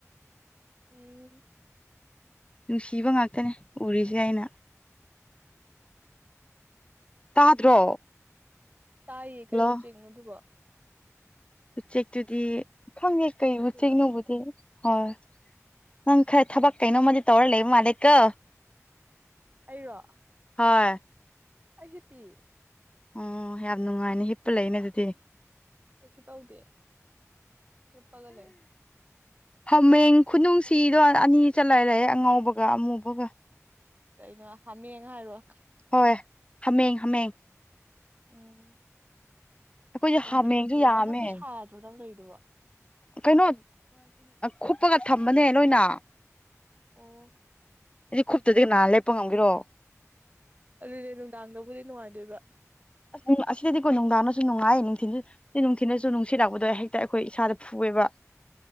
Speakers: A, on the right; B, on the left.
A: ꯎ
B: ꯅꯨꯡꯁꯤꯕ ꯉꯥꯛꯇꯅꯦ ꯎꯔꯤꯁꯦ ꯑꯩꯅ ꯇꯥꯗ꯭ꯔꯣ
A: ꯇꯥꯏꯌꯦ ꯀꯩꯣ
B: ꯍꯜꯂꯣ
A: ꯆꯤꯡꯉꯨꯗꯨꯕ
B: ꯎꯆꯦꯛꯇꯨꯗꯤ ꯈꯪꯉꯦ ꯀꯩ
A: ꯈꯪꯗꯦꯕꯃꯤ
B: ꯎꯆꯦꯛꯅꯣꯕꯨꯗꯤ ꯍꯣꯏ ꯅꯪ ꯈꯔ ꯊꯕꯛ ꯀꯩꯅꯣꯝꯃꯗꯤ ꯇꯧꯔ ꯂꯩꯕ ꯃꯥꯂꯦꯀ
A: ꯑꯩꯔꯣ
B: ꯍꯣꯏ
A: ꯑꯩ ꯄꯤ
B: ꯑꯣ ꯌꯥꯝ ꯅꯨꯡꯉꯥꯏꯅꯦ ꯍꯤꯞꯄ ꯂꯩꯅꯦ ꯑꯗꯨꯗꯤ
A: ꯀꯩꯁꯨ ꯇꯧꯗꯦ ꯆꯄꯒ ꯂꯩ
B: ꯍꯥꯃꯦꯡ ꯈꯨꯅꯨꯡꯁꯤꯗꯣ ꯑꯅꯤ ꯆꯠꯂꯔꯑꯦ ꯑꯉꯥꯎꯕꯒ ꯑꯃꯨꯕꯒ
A: ꯀꯩꯅꯣ ꯈꯃꯤ ꯌꯦꯉ ꯍꯥꯏꯔ ꯋꯥ
B: ꯍꯣꯏ ꯍꯥꯃꯦꯡ ꯍꯥꯃꯦꯡ
A: ꯎꯝ
B: ꯑꯩꯈꯣꯏꯁꯦ
A: ꯅꯪ
B: ꯍꯥꯃꯦꯡꯁꯨ
A: ꯃꯊꯛꯇꯨ
B: ꯌꯥꯝꯃꯦ
A: ꯃꯊꯛꯇꯣ ꯁꯥꯗ꯭ꯔꯣ ꯅꯪ ꯂꯩꯣꯏꯔꯤꯗꯕ
B: ꯀꯩꯅꯣ ꯈꯨꯄꯒ ꯊꯝꯕꯅꯦ ꯅꯣꯏꯅ
A: ꯑꯣ
B: ꯑꯩꯗꯤ ꯈꯨꯇꯗꯤ ꯀꯍꯥꯟ ꯂꯦꯞꯄ ꯉꯝꯒꯤꯔꯣ
A: ꯑꯗꯨꯏꯅꯦ ꯅꯨꯡꯗꯥꯡꯗꯕꯨꯗꯤ ꯅꯨꯡꯉꯥꯏꯗꯣꯏꯕ
B: ꯑꯁ ꯑꯁꯤꯗꯗꯤꯀꯣ ꯅꯨꯡꯗꯥꯡꯅꯁꯨ ꯅꯨꯡꯉꯥꯏꯌꯦ ꯅꯨꯡꯊꯤꯟꯁꯨ ꯅꯨꯡꯊꯤꯅꯁꯨ ꯅꯨꯡꯁꯤꯠꯂꯛꯄꯗꯣ ꯍꯦꯛꯇ ꯑꯩꯈꯣꯏ ꯏꯁꯥꯗ ꯐꯦ ꯑꯣꯏꯕ